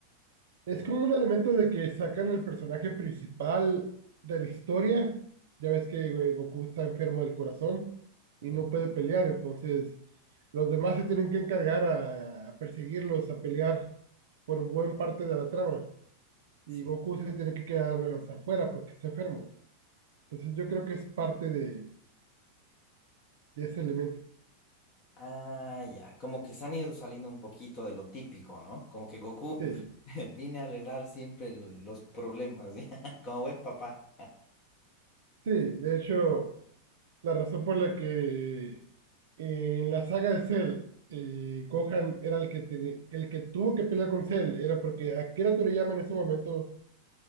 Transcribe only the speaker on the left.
Ya,
sí,
sí.
Ah, ya. Como que se han ido saliendo un poquito de lo típico, ¿no? Como que Goku
<laughs> viene a arreglar siempre lo- los problemas, <laughs> ¿ya? Como buen papá.